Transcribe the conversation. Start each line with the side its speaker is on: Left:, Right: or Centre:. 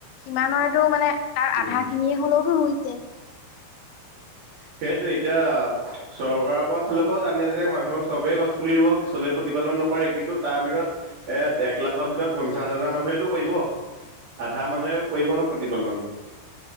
Left: সিমানৰেতটো মানে তাৰ
Right: উম
Left: আধা খিনিয়ে হলেওতো ৰুই। য়।
Right: সেইয়েতটো এতিয়া চৰকাৰৰ পৰা ফালৰ পৰাও জানে যে মানুহ চবেই গছ পুলি দিব চবেই প্ৰতি প্ৰতিপালন নকৰে কিন্তু তাৰ ভিতৰত এ এক লাখৰ ভিতৰত পঞ্চাশ হাজাৰ মানুহেটো কৰিব। আধা মানুহে কৰিব ন প্ৰতিপালন?